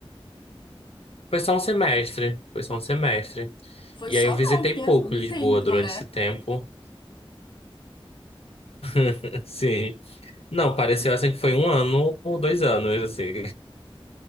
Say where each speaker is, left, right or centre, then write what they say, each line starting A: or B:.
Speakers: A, on the left (about 85°); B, on the left (about 50°).
A: Foi só um semestre, foi só um semestre.
B: Foi
A: E
B: só
A: aí eu visitei
B: não, porque é
A: pouco
B: um
A: Lisboa
B: tempo,
A: durante
B: né?
A: esse tempo, <laughs> sim. Não, pareceu assim que foi um ano ou dois anos, assim.